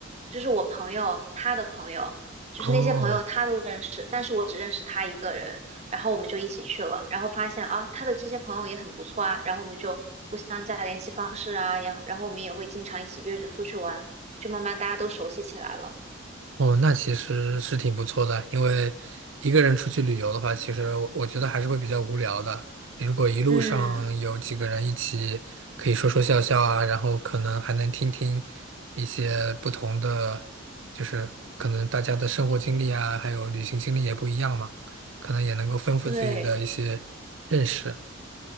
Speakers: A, on the right; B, on the right.
A: 就是我朋友他的朋友，就是那些朋友他都认识，
B: 哦，
A: 但是我只认识他一个人，然后我们就一起去了，然后发现啊，他的这些朋友也很不错啊，然后我们就互相加联系方式啊，然后然后我们也会经常一起约着出去玩，就慢慢大家都熟悉起来了。
B: 哦，那其实是挺不错的，因为一个人出去旅游的话，其实我我觉得还是会比较无聊的。如果一路上有几个人一起，
A: 嗯，
B: 可以说说笑笑啊，然后可能还能听听一些不同的，就是可能大家的生活经历啊，还有旅行经历也不一样嘛，可能也能够丰富自己的一些认识。
A: 对。